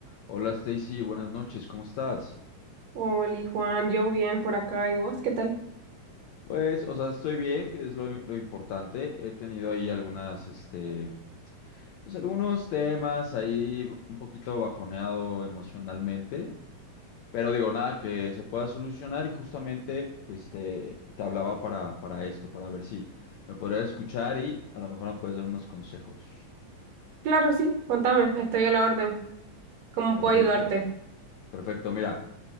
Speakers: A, on the left; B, on the right.
A: Hola Stacy, buenas noches, ¿cómo estás?
B: Hola, Juan, yo bien por acá y vos, ¿qué tal?
A: Pues, o sea, estoy bien, que es lo, lo importante. He tenido ahí algunas, este, pues algunos temas ahí un poquito bajoneado emocionalmente, pero digo, nada que se pueda solucionar y justamente, pues te, te hablaba para, para esto, para ver si me podrías escuchar y a lo mejor me puedes dar unos consejos.
B: Claro, sí, contame, estoy a la orden. ¿Cómo
A: Perfecto,
B: puedo ayudarte?
A: perfecto, mira,